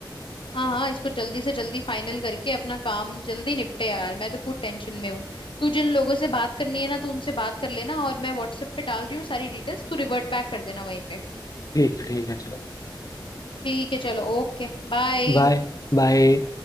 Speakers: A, on the left (about 85°); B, on the left (about 45°).
A: हाँ हाँ इसको जल्दी से जल्दी फाइनल करके अपना काम जल्दी निपटे यार मैं तो खुद टेंशन में हूँ तू जिन लोगों से बात करनी है ना तो उनसे बात कर लेना और मैं व्हाट्सएप पे डाल रही हूँ सारी डिटेल्स तू रिवर्ट बैक कर देना वहीं पे
B: ठीक है ठीक है चलो
A: ठीक है चलो ओके बाय
B: बाय बाय